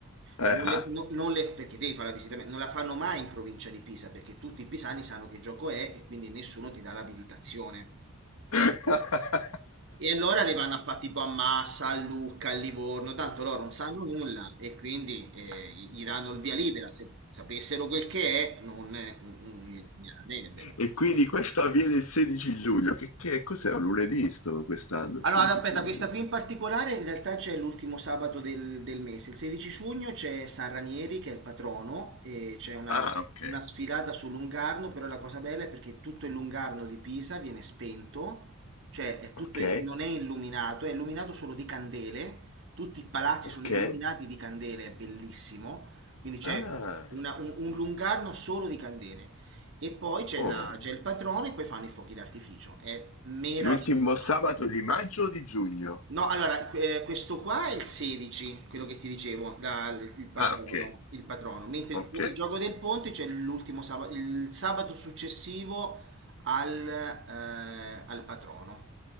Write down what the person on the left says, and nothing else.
Eh-eh.
<laughs>
E quindi questo avviene il 16 giugno. Che, che cos'è? Un lunedì sto quest'anno, il
16
giugno.
Ah, ok.
Ok,
ok.
Ah,
oh.
L'ultimo sabato di maggio o di giugno?
Ah, ok.
Ok,